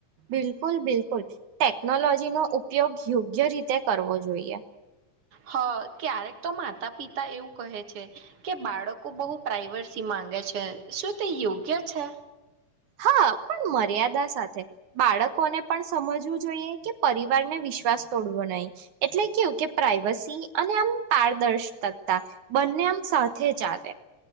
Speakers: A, on the right (about 85°); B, on the right (about 50°).
A: બિલકુલ, બિલકુલ ટેકનોલોજી નો ઉપયોગ યોગ્ય રીતે કરવો જોઈએ
B: હા, ક્યારેક તો માતા પિતા એવું કહે છે કે બાળકો બાહો પ્રઇવર્સી માંગે શુ, તે યોગ્ય છે.
A: હા મર્યાદા સાથે બાળકોને પણ સમજવું, જોઈએ કે પરિવારને વિશ્વાસ તોડવો નહી એટલે કેું કે પ્રાઈવસી, અને આમ પારદર્શકતા બંને આમ સાથે જદ